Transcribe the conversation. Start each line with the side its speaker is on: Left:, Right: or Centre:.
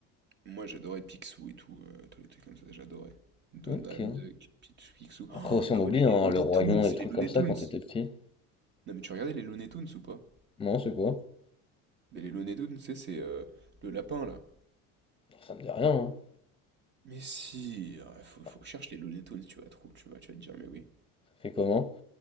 Right: Moi, j'adorais Picsou et tout, euh, tous les trucs comme ça, j'adorais. Donald
Left: Ok.
Right: Duck, Picsou. Picsou. Oh,
Left: Après aussi,
Right: ah
Left: on oublie,
Right: ouais, mais
Left: hein,
Right: les Looney
Left: le Roi
Right: Tunes,
Left: Lion, les trucs
Right: les Looney
Left: comme ça,
Right: Tunes!
Left: quand t'étais petit.
Right: Non mais tu regardais les Looney Tunes ou pas?
Left: Non, c'est quoi?
Right: Mais les Looney Tunes, tu sais, c'est euh, le lapin là.
Left: Ça me dit rien, hein.
Right: Mais si, ah, faut,
Left: Bah,
Right: faut que je cherche les Looney Tunes, tu vas trouver, tu vas, tu vas te dire, mais oui.
Left: ça fait comment?